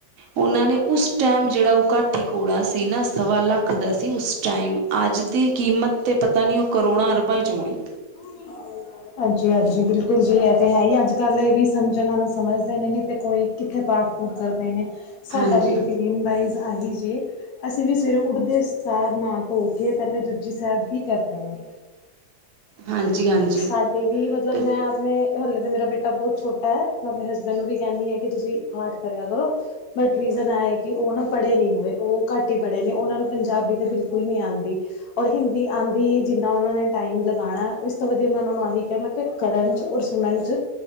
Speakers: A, on the right; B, on the left.
A: ਉਹਨਾਂ ਨੇ ਉਸ ਟਾਈਮ ਜਿਹੜਾ ਉਹ ਕਾਠੀ ਕੋੜਾ ਸੀ ਨਾ ਸਵਾ ਲੱਖ ਰੱਖਦਾ ਸੀ ਉਸ ਟਾਈਮ ਅੱਜ ਦੀ ਕੀਮਤ 'ਤੇ ਪਤਾ ਨੀ ਉਹ ਕਰੋੜਾਂ ਅਰਬਾਂ ਚ ਔਣੀ।
B: <inaudible> ਹਾਂਜੀ-ਹਾਂਜੀ ਬਿਲਕੁਲ ਜੀ ਇਹ ਤੇ ਹੈ ਹੀ ਅੱਜ ਕੱਲ ਇਹ ਵੀ ਸਮਝਣ ਆਲੇ ਸਮਝਦੇ ਨੇ ਨੀ ਤੇ ਕੋਈ ਕਿੱਥੇ ਪਾਠ ਪੁਠ ਕਰਦੇ ਨੇ ਸਾਡਾ
A: ਹਾਂਜੀ
B: ਵੀ ਰੂਟੀਨ ਵਾਈ ਆਹੀ ਜੀ ਅਸੀਂ ਵੀ ਸਵੇਰੇ ਉੱਡਦੇ ਸਾਰ ਨਾ ਧੋ ਕੇ ਪਹਿਲਾਂ ਜਪਜੀ ਸਾਹਿਬ ਹੀ ਕਰਦੇ ਆ।
A: ਹਾਂਜੀ ਹਾਂਜੀ
B: ਸਾਡੇ ਵੀ ਮਤਲਬ
A: ਤੇ
B: ਮੈਂ ਆਪਣੇ ਹਲੇ ਤਾਂ ਮੇਰਾ ਬੇਟਾ ਬਹੁਤ ਛੋਟਾ ਐ ਮੈਂ ਆਪਣੇ ਹਸਬੈਂਡ ਨੂੰ ਵੀ ਕਹਿੰਨੀ ਹਾਂ ਕਿ ਤੁਸੀਂ ਪਾਠ ਕਰਿਆ ਕਰੋ ਬਟ ਏ ਕਿ ਉਹ ਨਾ ਪੜ੍ਹੇ ਨੀ ਹੋਏ ਉਹ ਘੱਟ ਈ ਪੜ੍ਹੇ ਨੇ ਉਹਨਾਂ ਨੂੰ ਪੰਜਾਬੀ ਤੇ ਬਿਲਕੁਲ ਨੀ ਆਂਦੀ ਔਰ ਹਿੰਦੀ ਆਦੀ ਏ ਜਿੰਨਾ ਉਹਨਾਂ ਨੇ ਟਾਈਮ ਲਗਾਇਆ ਉ ਵਧੀਆ ਮੈਂ ਉਹ ਨੂੰ ਆਹੀ ਕਿਹਾ ਮੈਂ ਕਰਨ ਚ ਔਰ ਸੁਣਨ ਚ